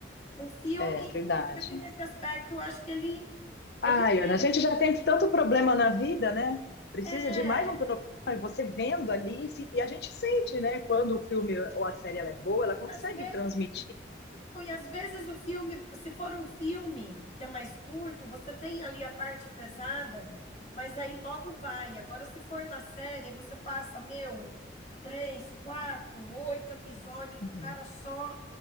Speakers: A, on the left; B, on the left.
A: O filme,
B: é, verdade.
A: filme nesse aspecto, eu acho que ele,
B: Ai,
A: ele tem,
B: Ana, a gente já tem tanto problema na vida, né? Precisa
A: é,
B: de mais um problema. E você vendo ali, se- e a gente sente, né? Quando o filme ou a série ela é boa, ela consegue
A: às vezes
B: transmitir.
A: Não, E às vezes o filme, se for um filme que é mais curto, você tem ali a parte pesada, mas aí logo vai. Agora, se for na série, aí você passa, meu, três, quatro, oito episódios do
B: Uhum.
A: cara só